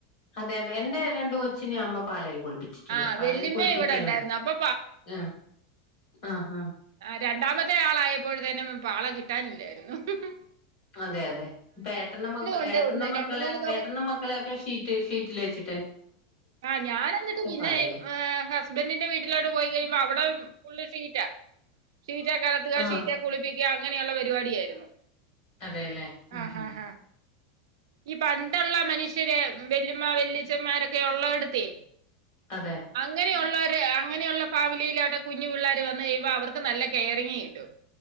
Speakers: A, on the left (about 40°); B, on the right (about 80°).
A: അതെ അതെ എന്റെ രണ്ട് കൊച്ചിനെ അമ്മ പാളയിൽ കുളി കുപ്പിച്ചിട്ടുണ്ട്
B: ആഹ്
A: പാളയിൽ
B: വല്യമ്മ
A: കുളിപ്പിക്കണം.
B: ഇവിടെ ഉണ്ടായിരുന്നു അപ്പൊ
A: ആ ആഹ ആ
B: ആ രണ്ടാമത്തെ ആളായപോഴത്തേനും പാള കിട്ടാനില്ലായിരുന്നു. ഉംഹും
A: അതെ അതെ ഇപ്പ ഏട്ട മ
B: ഉണ്ട്
A: ഏട്ട
B: ഒന്ന്
A: മക്കളെ
B: രണ്ട് മൂന്ന്
A: ഏട്ടന്റെ മക്കളെ ഒക്കെ ഷീറ്റ് ഷീറ്റിൽ വെച്ചി.
B: ആഹ ഞാനെന്നിട്ട് പിന്നെയ്
A: പാളേല്
B: ഏ ഹസ്ബന്റിന്റെ വീട്ടിലോട്ട് പോയി കഴിയുമ്പോ അവിടെ ഉള്ളിൽ ഷീറ്റ. ഷീറ്റെ കടത്തുക
A: ആഹ്
B: ഷീറ്റെ കുളിപ്പിക്കുക. അങ്ങനെയുള്ള പരിപാടിയായിരുന്നു.
A: അതെല്ലേ ആ
B: ആഹ്
A: ഹ
B: ആഹ് ആഹ് ഈ പണ്ടുള്ള മനുഷ്യര് ബെല്ലിമ്മ വെല്ലിച്ചന്മാരൊക്കെ ഒള്ള എടുത്തേ.
A: അതെ
B: അങ്ങനെയോ <inaudible> അങ്ങനെയുള്ള ഫാമിലിയിലോട്ടെ കുഞ്ഞു പിള്ളാര് വന്ന് കഴിയുമ്പോ അവർക്ക് നല്ല കെയറിങ്ങങ് കിട്ടും.